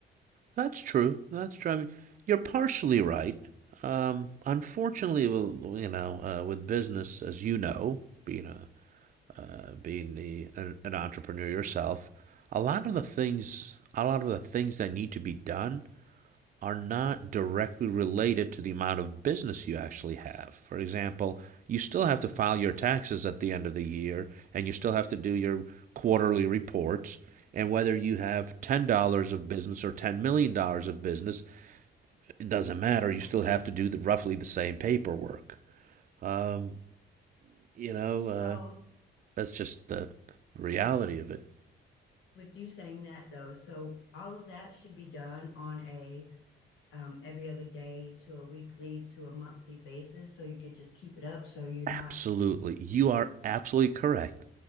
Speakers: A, on the right; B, on the left.
A: That's true. That's true. I mean, you're partially right. Um, unfortunately, well, you know, uh, with business, as you know, being a uh, being the an, an entrepreneur yourself, a lot of the things, a lot of the things that need to be done are not directly related to the amount of business you actually have. For example, you still have to file your taxes at the end of the year and you still have to do your quarterly reports. And whether you have $10 of business or $10 million dollars of business, it doesn't matter. You still have to do the, roughly the same paperwork. Um, you know,
B: so
A: uh, that's just the reality of it.
B: with you saying that though so all of that should be done on a um, every other day to a weekly to a monthly basis so you could just keep it up so you're not
A: Absolutely. You are absolutely correct.